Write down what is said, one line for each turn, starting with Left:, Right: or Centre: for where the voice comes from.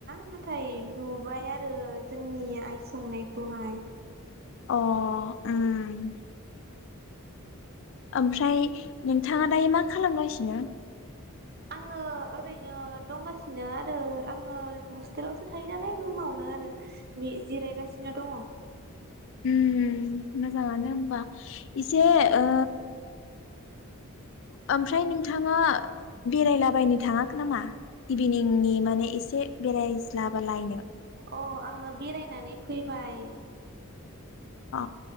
Right: नाथाय नुबाय आरो जोंनि आइ संनायखौहाय।
Left: अ ओम ओमफ्राय नोंथाङा दायो मा खालामगासिनो?
Right: आङो ओरैनो दंगासिनो आरो आङो हस्टेलावसो थायो नालाय रुमावनो आरो बे जिरायगासिनो दङ।
Left: उम उम मोजाङानो होमबा। इसे ओ ओमफ्राय नोंथाङा बेरायलाबायनो थाङाखै नामा? इभिनिंनि माने एसे बेरायज्लाबालायनो
Right: अ आङो बेरायनानै फैबाय।
Left: अ